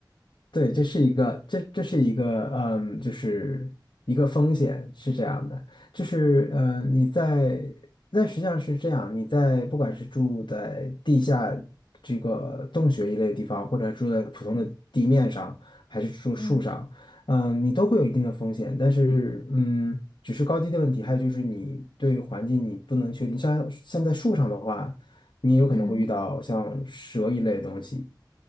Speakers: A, on the left; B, on the left.
A: 对，这是一个，这这是一个，嗯，就是一个风险是这样的，就是，嗯，你在，但实际上是这样，你在不管是住在地下这个洞穴一类的地方，或者住在普通的地面上，
B: 嗯
A: 还是住树上，
B: 嗯
A: 嗯，你都会有一定的风险，但是，嗯，只是高低的问题，还有就是你对环境你不能确定，像像在树上的话，你有可能会遇到像蛇一类的东西。
B: 嗯